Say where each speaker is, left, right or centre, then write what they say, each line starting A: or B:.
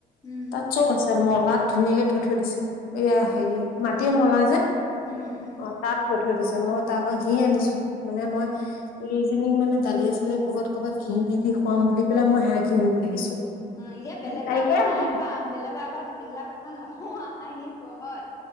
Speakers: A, on the left; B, on the left.
A: উম
B: তাত চব আছে মলাত ধুনীয়াকে থৈ থৈ দিছে এইয়া
A: উম,
B: হেৰি মাটিয় মলা যে
A: উম, উম, উম,
B: অ তাত থৈ থৈ দিছে মই তাৰ পৰা ঘি আনিছো মানে মই
A: উম,
B: এইজনীক মানে দালি চালিয়ে ক'ৰবাত ক'ৰবাত ঘি দি দি খুৱাম বুলি পেলাই মই হে ঘি লৈ আহিছো
A: উ এতিয়া বেলেগৰ
B: নাইকিয়া
A: আগত নাই
B: হ'ব
A: কোৱা বেলেগৰ আগত এইবিলাক কথা নকোৱা হাঁহিব হয়